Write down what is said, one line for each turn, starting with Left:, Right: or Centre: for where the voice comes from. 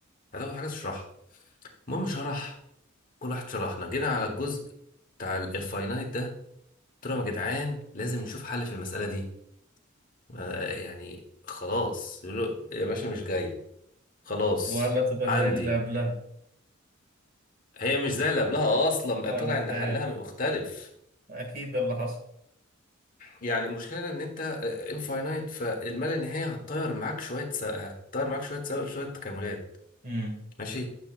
Left: هتاخد حاجة تشرحها المهم شرح كل واحد شرحنا جينا على الجزء بتاع ال- الفاينانت ده قلت لهم يا جدعان لازم نشوف حل في المسألة دي آه، يعني خلاص يقولوا يا باشا مش جاية خلاص
Right: ولا تبقى
Left: عندي
Right: زي اللي قبلها
Left: هي مش زي اللي قبلها اصلا بقى
Right: انا
Left: طلع
Right: فاهم
Left: ان حلها مختلف
Right: اكيد ده اللي حصل
Left: يعني المشكلة ان انت انفاينايت فالما لا نهاية هتطير معاك شوية س... هتطير معاك شوية س... شوية تكاملات
Right: مم.
Left: ماشي